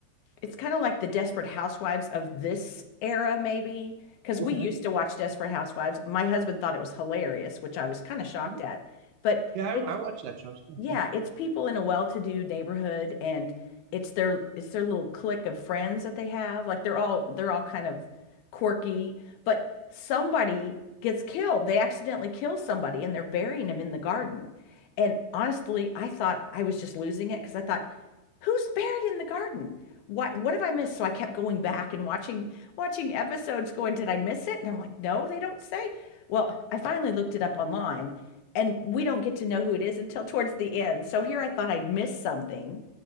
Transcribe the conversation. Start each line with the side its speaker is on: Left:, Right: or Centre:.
Left: it's kind of like the Desperate Housewives of this era, maybe, because
Right: Okay.
Left: we used to watch Desperate Housewives. My husband thought it was hilarious, which I was kind of shocked
Right: Hmm.
Left: at. But
Right: Yeah, I,
Left: it's
Right: I watched that show too.
Left: yeah,
Right: Yeah.
Left: it's people in a well-to-do neighborhood and it's their it's their little clique of friends that they have. Like they're all they're all kind of quirky, but somebody gets killed. They accidentally kill somebody and they're burying him in the garden. And honestly, I thought I was just losing it because I thought who's buried in the garden? What what have I missed? So I kept going back and watching watching episodes going, did I miss it? And I'm like, no, they don't say. Well, I finally looked it up online and we don't get to know who it is until towards the end. So here I thought I'd missed something.